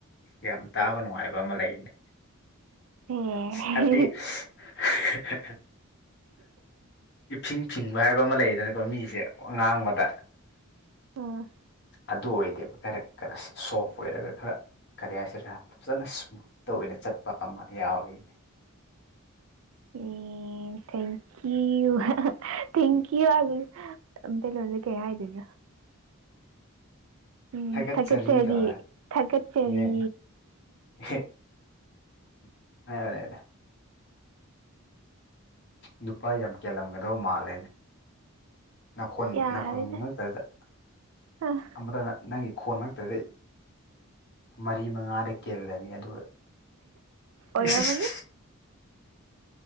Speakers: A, on the left (about 50°); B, on the right (about 70°).
A: ꯌꯥꯝ ꯇꯥꯕ ꯅꯨꯡꯉꯥꯏꯕ ꯑꯃ ꯂꯩꯅꯤ
B: ꯑꯦ
A: ꯍꯥꯏꯕꯗꯤ <unintelligible> ꯏꯐꯤꯡ ꯐꯤꯡꯕ ꯍꯥꯏꯕ ꯑꯃ ꯂꯩꯗꯅꯀꯣ ꯃꯤꯁꯦ ꯋꯥꯉꯥꯡꯕꯗ
B: ꯎꯝ
A: ꯑꯗꯨ ꯑꯣꯏꯗꯦꯕꯔ ꯈꯔ ꯁꯣꯐ ꯑꯣꯏꯔꯒ ꯈꯔ ꯀꯔꯤ ꯍꯥꯏꯁꯤꯔ ꯐꯖꯅ ꯁꯃꯨ ꯇ ꯑꯣꯏꯅ ꯆꯠꯄ ꯑꯃ ꯌꯥꯎꯔꯤꯅꯦ
B: ꯎ ꯊꯦꯡꯀꯌꯨ ꯊꯦꯡꯀꯌꯨ ꯃꯩꯇꯩ ꯂꯣꯟꯗ ꯀꯩ ꯍꯥꯏꯗꯣꯏꯅꯣ ꯎꯝ
A: ꯊꯥꯒꯠꯆꯔꯤ
B: ꯊꯀꯠꯆꯔꯤ
A: ꯇꯧꯔ
B: ꯊꯀꯠꯆꯔꯤ
A: ꯎꯝ <unintelligible> ꯅꯨꯄꯥ ꯌꯥꯝ ꯀꯦꯜꯂꯝꯒꯗꯕ ꯃꯥꯜꯂꯦꯅꯦ ꯅꯥꯈꯣꯟ
B: ꯌꯥꯔꯦꯗ
A: ꯅꯥꯈꯣꯟ <unintelligible>
B: ꯑꯥ
A: ꯑꯃꯔꯥꯅꯥ ꯅꯪꯒꯤ ꯈꯣꯟ ꯃꯔꯛꯇꯗꯩ ꯃꯔꯤ ꯃꯉꯥꯗ ꯀꯦꯜꯂꯅꯤ ꯑꯗꯨꯒ
B: ꯑꯣꯏꯔꯝꯃꯅꯤ
A: ꯏꯁꯁ